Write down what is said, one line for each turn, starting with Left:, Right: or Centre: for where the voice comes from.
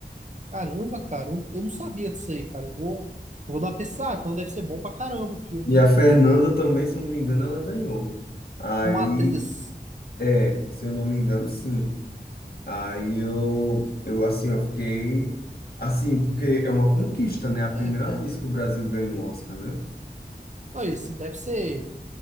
Right: Caramba, cara, eu eu não sabia disso aí, cara. Eu vou, eu vou dar uma pensada, então deve ser bom pra caramba o filme,
Left: E
Right: né?
Left: a Fernanda também, se eu não me engano, ela ganhou. Aí,
Right: Uma atriz.
Left: é, se eu não me engano, sim. Aí eu, eu assim, eu fiquei assim, porque é uma conquista, né? A primeira
Right: É,
Left: vez que o Brasil ganha um Oscar, né?
Right: não, e assim, deve ser,